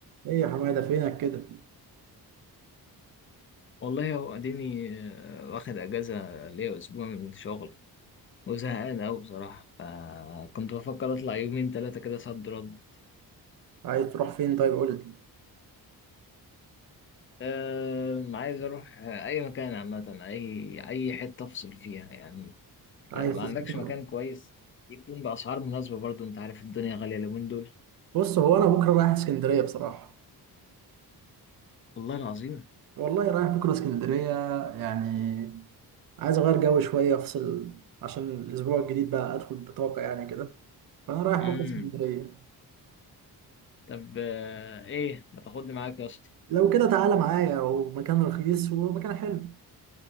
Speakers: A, on the right (about 60°); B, on the left (about 35°).
A: ايه يا حماده فينك كده
B: والله هو اديني آه، واخد اجازه ليا اسبوع من الشغل وزهقان اوي بصراحه فكنت بفكر اطلع يومين ثلاثه كده صد رد
A: عايز تروح فين طيب قول لي
B: أه عايز اروح آه، اي مكان عامه اي اي حته افصل فيها يعني
A: عايز
B: أه ما
A: تسافر
B: عندكش مكان كويس يكون باسعار مناسبه برضو انت عارف الدنيا غاليه اليومين دول
A: بص هو انا بكره رايح اسكندريه بصراحه
B: والله العظيم
A: والله رايح بكره اسكندريه يعني عايز اغير جو شويه افصل عشان الاسبوع الجديد بقى ادخل بطاقه يعني كده فانا رايح
B: امم
A: بكره اسكندريه
B: طب أه ايه ما تاخدني معاك يا اسطى
A: لو كده تعالى معايا ومكان رخيص ومكان حلو